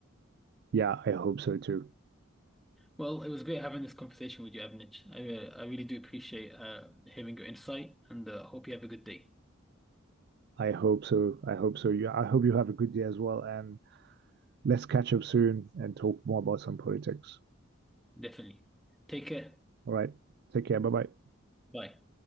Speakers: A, on the right (about 55°); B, in the centre.
A: Yeah, I hope so too.
B: Well, it was great having this conversation with you, Avnich. I uh, I really do appreciate uh, hearing your insight, and uh, hope you have a good day.
A: I hope so. I hope so. You, I hope you have a good day as well, and let's catch up soon and talk more about some politics.
B: Definitely. Take care.
A: All right. Take care. Bye bye.
B: Bye.